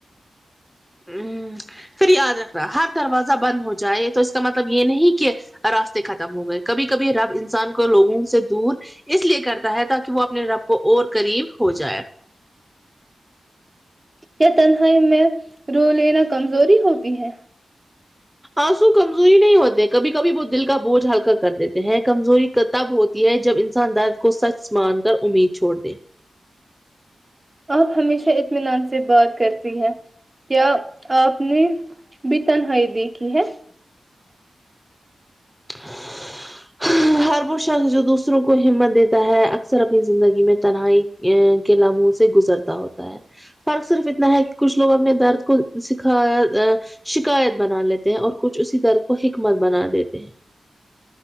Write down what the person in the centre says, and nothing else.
ہ پھر یاد رکھ رہا ہر دروازہ بند ہو جائے تو اس کا مطلب یہ نہیں کہ راستے ختم ہو گئے کبھی کبھی رب انسان کو لوگوں سے دور اس لیے کرتا ہے تاکہ وہ اپنے رب کو اور قریب ہو جائے
آنسو کمزوری نہیں ہوتے کبھی کبھی وہ دل کا بوجھ ہلکا کر دیتے ہیں کمزوری تب ہو ہوتی جب انسان درد کو سچ مان کر امید چھوڑ دے
<inaudible> ہر وہ شخص جو دوسروں کو ہمت دیتا ہے اکثر اپنی زندگی میں تنہائی یہ کے لمحوں سے گزرتا ہوتا ہے فرق صرف اتنا ہے کہ کچھ لوگوں اور اپ نے درد کو سکھایا ہے شکایت بنا لیتے ہیں اور کچھ اسی درد کو حکمت بنا دیتے ہیں